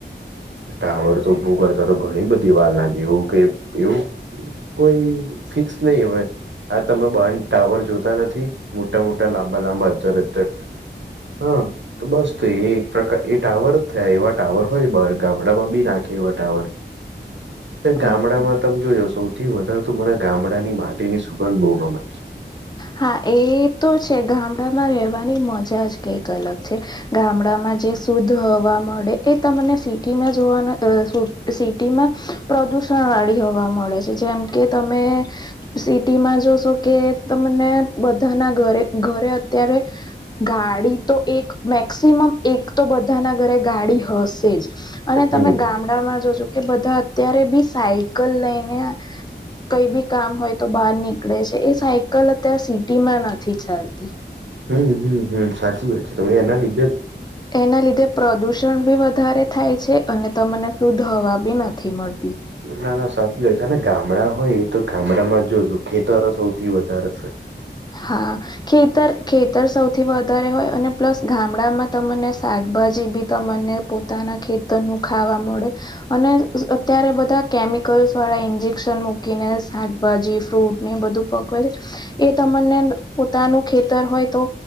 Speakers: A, on the right; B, on the left.
A: ટાવર તો ભું કરતા તો ઘણી બધી વાર લાગે એવું કે એવું. કોઈ ફિક્સ નહી હવે. આ તમે બ ટાવર જોતા નથી મોટા મોટા લાંબા લાંબા અધર અર. હા તો બસ તો એ એક પ્રકાર એ ટાવરજ થયા એવા ટાવર હોય બાર. ગામડામાં બી નાખે એવ ટાવર ગામડામાં.
B: ઓકે
A: ત જો સૌથી વધારે મરા ગામડાની માટીની સુગંધ બોગ મને.
B: હા એ તો છે ગામડામાં રહેવાની મજા જ કઈક અલગ છે. ગામડામાં જે શુદ્ધ હવા મળે એ તમને સિટીમાં જોવાના શ. સિટીમાં પ્રદુષણ વાળી હવા મળે છે જેમ કે તમે. સિટીમાં જોશો કે. તમને બધાના ઘરે ઘરે અત્યારે ગાડી તો એક. મેક્સિમમ એક તો બધાના ઘરે ગાડી હશેજ અને
A: હમ
B: તમે ગામડામાં જોજો. કે બધા અત્યારે બી સાયકલ લઈને. કઈ બી કામ હોય તો બહાર નીકળે છે એ સાયકલ અત્યારે સિટી માં નથી ચાલતી.
A: હમ હમ હમ સાચી વાત છે તમે એના લીધે જ.
B: એના લીધે પ્રદુષણ બી વધારે થાય છે અને તમને દૂધ હવા બી નથી મળતી.
A: ના ના સાચી વાત છે અને ગામડા હોય એ તો ગામડામાં જોજો ખેતરો સૌથી વધારે છે.
B: હા. ખેતર ખેતર સૌથી વધારે હોય અને પ્લસ ગામડામાં તમને શાકભાજી બી તમને. પોતાના ખેતરનું ખાવા મળે અને. ત્યારે બધા કેમિકલ્સવાળા ઇન્જેક્શન મૂકીને શાકભાજી ફ્રૂટને એ બધું પકવે છે. એ. તમને પોતાનું ખેતર હોય તો